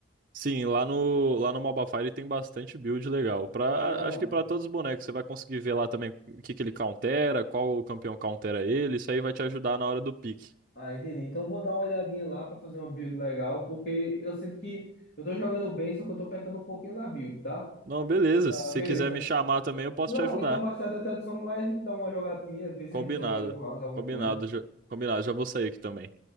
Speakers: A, on the right; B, on the left.
A: Sim, lá no, lá no Mobile fire tem bastante build legal. Pra,
B: Ah,
A: a- acho que pra todos os bonecos, você vai conseguir ver lá também o que que ele countera, qual o campeão countera ele, isso aí vai te ajudar na hora do pique.
B: ah, entendi. Então eu vou dar uma olhadinha lá pra fazer uma build legal, porque eu sinto que eu tô jogando bem, só que eu tô pecando um pouquinho na build, tá?
A: Não, beleza,
B: Ah,
A: se você
B: beleza.
A: quiser me chamar também, eu posso
B: Não,
A: te ajudar.
B: então mais tarde da tradução lá a gente dá uma jogatinha, ver se
A: Combinado.
B: a gente souber algum rank, alguma
A: Combinado,
B: coisa.
A: já, combinado, já vou sair aqui também.